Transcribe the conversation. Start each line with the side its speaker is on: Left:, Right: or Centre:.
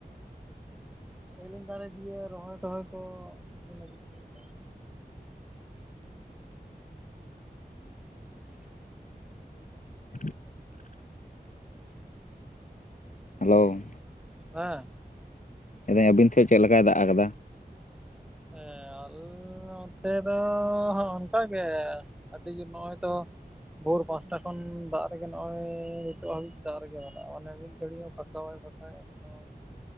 Centre: ᱥᱤᱞᱤᱧ ᱫᱟᱨᱮ ᱫᱤᱭᱮ ᱨᱚᱦᱚᱭ ᱴᱚᱦᱚᱭ ᱠᱚ ᱛᱤᱱ ᱩᱰᱤᱡ ᱠᱮᱜᱼᱟ ᱯᱮ? <inaudible>
Left: <inaudible> ᱦᱮᱞᱳ
Centre: ᱦᱮᱸ
Left: ᱟᱫᱚ ᱟᱹᱵᱤᱱ ᱴᱷᱮᱱ ᱪᱮᱫ ᱞᱮᱠᱟᱭ ᱫᱟᱜ ᱟᱠᱟᱫᱟ?
Centre: ᱦᱮᱸ ᱟᱞᱻ ᱱᱚᱛᱮ ᱫᱚᱻ ᱚᱱᱠᱟ ᱜᱮ ᱾ ᱠᱟᱹᱴᱤᱡ ᱜᱮ ᱱᱚᱜᱼᱚᱭ ᱛᱚᱼᱼ ᱵᱷᱳᱨ ᱯᱟᱸᱪᱴᱟ ᱠᱷᱚᱱ ᱫᱟᱜ ᱨᱮᱜᱮ ᱱᱚᱜᱼᱚᱭ ᱱᱤᱛᱚᱜ ᱦᱟᱹᱵᱤᱡ ᱫᱟᱜ ᱨᱮᱜᱮ ᱢᱮᱱᱟᱜᱼᱟ ᱢᱟᱱᱮ ᱢᱤᱫ ᱜᱷᱟᱹᱲᱤᱡ ᱯᱷᱟᱠᱟ ᱵᱟᱭ ᱯᱷᱟᱠᱟᱼᱼ ᱮᱠᱫᱚᱢ,